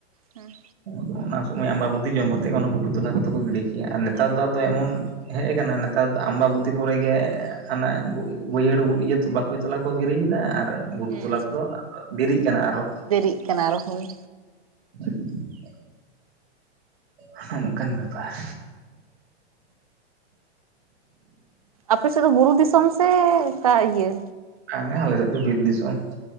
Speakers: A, on the right; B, on the right.
A: ᱦᱮᱸ
B: ᱟᱫᱚ ᱚᱱᱟ ᱥᱚᱢᱟᱹᱭ ᱟᱢᱵᱟᱵᱩᱛᱤ ᱡᱚᱢ ᱠᱟᱛᱮᱜ ᱜᱮ ᱚᱱᱟ ᱜᱷᱩᱴᱩ ᱛᱚᱞᱟ ᱠᱚ ᱠᱚᱫᱚ ᱠᱚ ᱜᱤᱰᱤ ᱠᱮᱫ-ᱟ ᱟᱨ ᱱᱮᱛᱟᱨ ᱫᱚ ᱟᱫᱚ ᱮᱢᱚᱱ ᱦᱮᱡ ᱠᱟᱱᱟ ᱱᱮᱛᱟᱨ ᱫᱚ ᱟᱢᱵᱟᱵᱩᱛᱤ ᱯᱚᱨᱮ ᱜᱮ ᱦᱟᱱᱮ ᱵᱟᱹᱭᱦᱟᱹᱲ ᱤᱭᱟᱹ ᱵᱟᱠᱚ ᱛᱚᱞᱟ ᱠᱚ ᱜᱤᱨᱤᱭᱮᱫᱟ ᱟᱨ ᱜᱷᱩᱴᱩ
A: ᱦᱮᱸ
B: ᱛᱚᱞᱟ ᱠᱚᱫᱚ ᱫᱮᱨᱤᱜ ᱠᱟᱱᱟ ᱟᱨᱚ,
A: ᱫᱮᱨᱤᱜ ᱠᱟᱱᱟ ᱨᱚᱦᱚ ᱦᱳᱭ
B: <inaudible> ᱦᱚᱜ-ᱚᱱᱠᱟᱱ ᱵᱮᱯᱟᱨ,
A: ᱟᱯᱮᱥᱮᱫ ᱫᱚ ᱵᱩᱨᱩ ᱫᱤᱥᱚᱢ ᱥᱮ ᱚᱱᱠᱟ ᱤᱭᱟᱹ
B: ᱵᱟᱝᱟ ᱟᱞᱮ ᱥᱮᱫ ᱫᱚ ᱵᱤᱨ ᱫᱤᱥᱚᱢ,